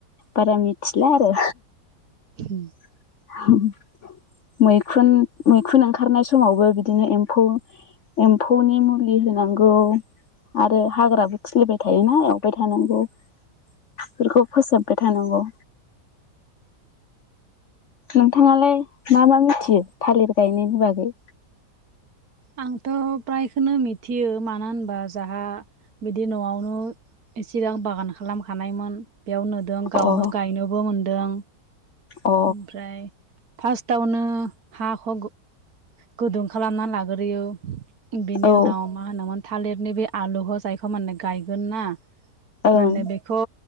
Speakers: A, on the left (about 55°); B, on the right (about 60°).
A: बारा मिथिला आरो
B: उम
A: <inaudible> मैखुन मैखुन ओंखारनाय समावबो बिदिनो एम्फौ एम्फौनि मुलि होनांगौ आरो हाग्राबो खिलिबाय थायोना एवबाय थानांगौ बेफोरखौ फोसाबबाय थानांगौ नोंथाङालाय मा मा मिथियो थालिर गायनायनि बागै
B: आंथ' फ्रायखोनो मिथियो मानो होनबा जाहा बिदि न'आवनो सिगां बागान खालामखानायमोन बेयाव नुदों गावनो
A: अ
B: गायनोबो मोनदों
A: अ
B: ओमफ्राय फासटावनो हाखौ गु गुदुं खालामना लाग्रोयो बेनि
A: औ
B: उनाव मा होनोमोन थालिरनि बे आलुखौ जायखौ माने गायगोन ना
A: ओं
B: माने बेखौ